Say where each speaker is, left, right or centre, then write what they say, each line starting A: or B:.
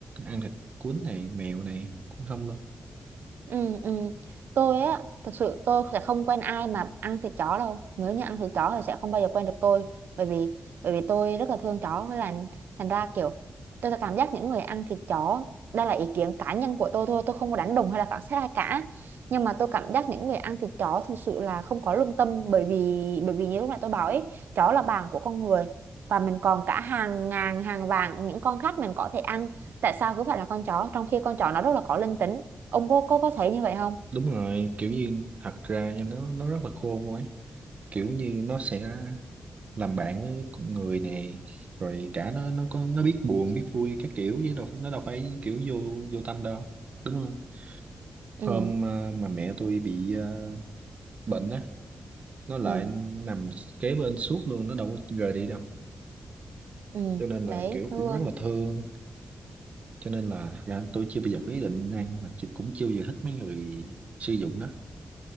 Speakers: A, on the right (about 45°); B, on the right (about 80°).
A: ăn thịt cuốn này mèo này cũng không luôn
B: Ừ, ừ. Tôi á, thật sự tôi sẽ không quen ai mà ăn thịt chó đâu. Nếu như ăn thịt chó thì sẽ không bao giờ quen được tôi. Bởi vì bởi vì tôi rất là thương chó với là thành ra kiểu tôi sẽ cảm giác những người ăn thịt chó đây là ý kiến cá nhân của tôi thôi, tôi không có đánh đồng hay là phán xét ai cả. Nhưng mà tôi cảm giác những người ăn thịt chó thực sự là không có lương tâm bởi vì bởi vì như lúc nãy tôi bảo ấy, chó là bạn của con người và mình còn cả hàng ngàn hàng vạn những con khác mình có thể ăn tại sao cứ phải là con chó trong khi con chó nó rất là có linh tính ông có có có thấy như vậy không
A: đúng rồi kiểu như thật ra nha, nó nó rất là khôn luôn ấy kiểu như nó sẽ làm bạn với con người này rồi cả nó nó có nó biết buồn biết vui các kiểu chứ đâu nó đâu phải kiểu vô vô tâm đâu đúng không
B: ừ
A: hôm ờ, mà mẹ tôi bị ờ, bệnh á nó lại
B: ừ
A: nằm kế bên suốt luôn nó đâu có rời đi đâu
B: ừ
A: cho nên
B: đấy
A: là kiểu
B: thương
A: cũng rất là thương cho nên là thật ra tôi chưa bao giờ có ý định ăn mà chị cũng chưa bao giờ thích mấy người sử dụng đó